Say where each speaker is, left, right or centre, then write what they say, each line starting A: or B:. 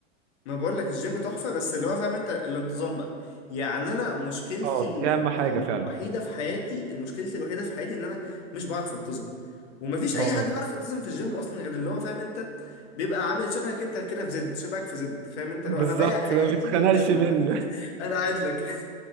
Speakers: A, on the left; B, on the right.
A: ما بقول لك الجيم تحفة بس اللي هو فاهم انت الانتظام بقى يعني انا مشكلتي
B: اه
A: ال...
B: دي اهم حاجه
A: ال...
B: فعلا
A: الوحيدة في حياتي مشكلتي الوحيدة في حياتي ان انا مش بعرف انتظم ومفيش
B: اه
A: اي حد بيعرف ينتظم في الجيم اصلا غير اللي هو فاهم انت بيبقى عامل شبهك انت كده في زد شبهك في زد فاهم انت لو
B: بالظبط
A: انا بايع حياتي
B: ما بيتخنقش
A: للجيم
B: منه
A: <laughs> انا قاعد لك